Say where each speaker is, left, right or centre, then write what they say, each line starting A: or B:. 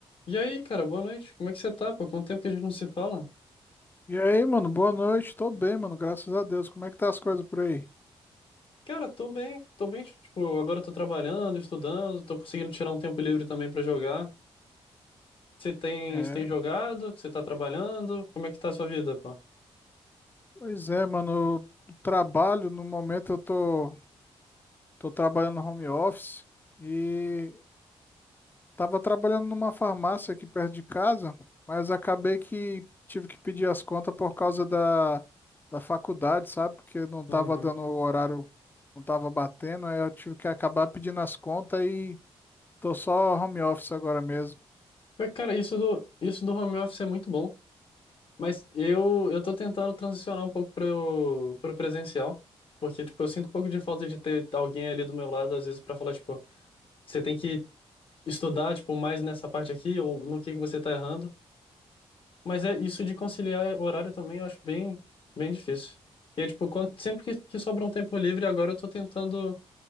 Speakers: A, on the left; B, on the left.
A: E aí, cara, boa noite. Como é que você tá? Pô, quanto tempo que a gente não se fala?
B: E aí, mano, boa noite. Tô bem, mano, graças a Deus. Como é que tá as coisas por aí?
A: Cara, tô bem, tô bem, tipo, agora eu tô trabalhando, estudando, tô conseguindo tirar um tempo livre também pra jogar. Você tem,
B: É,
A: você tem jogado? Você tá trabalhando? Como é que tá a sua vida, pô?
B: pois é, mano, eu trabalho, no momento eu tô, tô trabalhando no home office e tava trabalhando numa farmácia aqui perto de casa, mas acabei que tive que pedir as contas por causa da, da faculdade, sabe? Porque não tava
A: Uhum.
B: dando o horário, não tava batendo, aí eu tive que acabar pedindo as contas e tô só home office agora mesmo.
A: Mas, Cara, isso do, isso do home office é muito bom, mas eu, eu tô tentando transicionar um pouco para o presencial, porque, tipo, eu sinto um pouco de falta de ter alguém ali do meu lado, às vezes, para falar, tipo, você tem que estudar, tipo, mais nessa parte aqui, ou no que que você tá errando. Mas é isso de conciliar horário também, eu acho bem, bem difícil. E é tipo, quando- sempre que, que sobra um tempo livre, agora eu tô tentando